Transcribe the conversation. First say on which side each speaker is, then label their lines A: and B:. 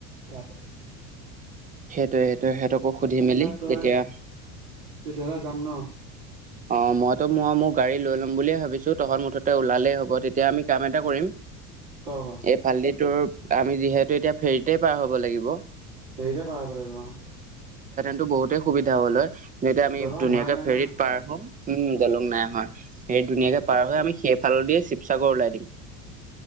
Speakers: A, on the right; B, on the right.
A: তাকেহে।
B: তে সেইটোৱে সিহঁতকো সুধি মেলি
A: তই
B: তেতিয়া
A: তেতিয়াহ'লে যাম ন।
B: অ' মইতো মই মোৰ গাড়ী লৈ ল'ম বুলিয়ে ভাবিছো তহত মুঠতে ওলালেই হ'ব তেতিয়া আমি কাম এটা কৰিম।
A: তই ক?
B: এই ফালদি টোৰ আমি যিহেতু এতিয়া ফেৰীতে পাৰ হ'ব লাগিব।
A: ফেৰিতে পাৰ হ'ব লাগিব অ'।
B: টো বহুতেই সুবিধা হ'ল হয় যেতিয়া আমি
A: দলং
B: ধুনীয়াকে
A: হোৱাই নাই
B: ফেৰিত
A: নহয়
B: উম দলং নাই হয়, হেৰি ধুনীয়াকে পাৰ হৈ আমি সেইফাল দিয়ে শিৱসাগৰ ওলাই দিম। <inaudible>